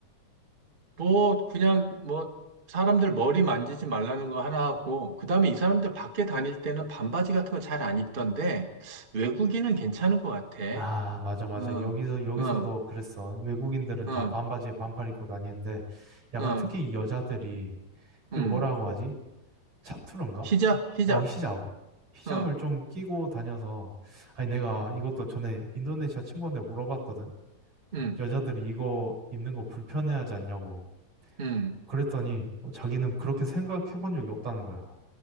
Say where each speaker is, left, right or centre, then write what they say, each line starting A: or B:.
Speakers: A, on the right; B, on the right.
A: 뭐, 그냥 뭐, 사람들 머리 만지지 말라는 거 하나 하고, 그 다음에 이 사람들 밖에 다닐 때는 반바지 같은 거 잘 안 입던데, 외국인은 괜찮은 것 같아.
B: 아, 맞아, 맞아.
A: 어,
B: 여기서, 여기서도
A: 어,
B: 그랬어. 외국인들은
A: 어,
B: 다 반바지에 반팔 입고 다니는데 약간
A: 어,
B: 특히 여자들이 그
A: 음.
B: 뭐라고 하지? 차투른가?
A: 히잡, 히잡,
B: 어, 히잡. 히잡을
A: 어,
B: 좀 끼고 다녀서, 아니, 내가 이것도 전에 인도네시아 친구한테 물어봤거든.
A: 음,
B: 여자들이 이거 입는 거 불편해하지 않냐고.
A: 음.
B: 그랬더니 어, 자기는 그렇게 생각해 본 적이 없다는 거야.